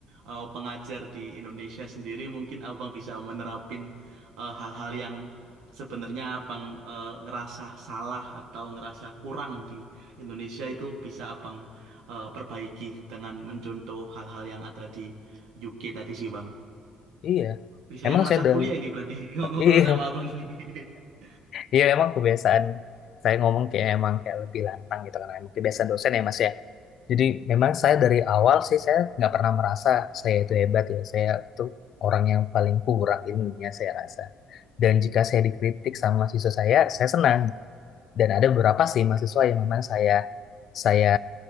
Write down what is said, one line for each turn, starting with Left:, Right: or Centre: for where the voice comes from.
Right: eh, pengajar di Indonesia sendiri, mungkin abang bisa menerapin eh, hal-hal yang sebenarnya abang eh, ngerasa salah atau ngerasa kurang di Indonesia itu bisa abang eh, perbaiki dengan mencontoh hal-hal yang ada di UK tadi sih bang.
Left: iya,
Right: Bisa
Left: memang
Right: yang ngerasa
Left: saya dari
Right: kuliah ini berarti <laughs>
Left: <laughs>
Right: ngobrol
Left: iya,
Right: sama abang ini. <laughs>
Left: Iya emang kebiasaan saya ngomong kayak emang kayak lebih lantang gitu karena emang kebiasaan dosen ya mas ya. Jadi memang saya dari awal sih saya nggak pernah merasa saya itu hebat ya. Saya itu orang yang paling kurang ilmunya saya rasa. Dan jika saya dikritik sama mahasiswa saya, saya senang. Dan ada beberapa sih mahasiswa yang memang saya saya